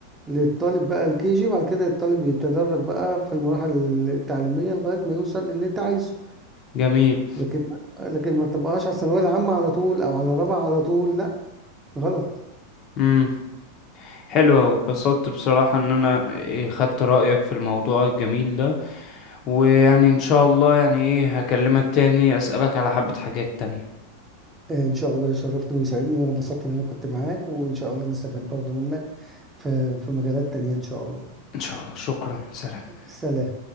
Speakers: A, on the right (about 15°); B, on the left (about 45°).
A: للطالب بقى الكي جي وبعد كده الطالب يتدرج بقى في المراحل التعليمية لغاية ما يوصل للي انت عايزه
B: جميل
A: لكن لكن ما تبقاش على الثانوية العامة على طول او على رابعة على طول لا غلط
B: امم حلو أوي. اتبسطت بصراحة ان انا إيه، خدت رأيك في الموضوع الجميل ده ويعني ان شاء الله يعني ايه هكلمك تاني اسألك على حبة حاجات تانية
A: ان شاء الله يشرفني ويسعدني وانا اتبسطت ان انا كنت معاك وان شاء الله نستفيد برضو منك في في مجالات تانية ان شاء الله
B: ان شاء الله شكرا سلام
A: سلام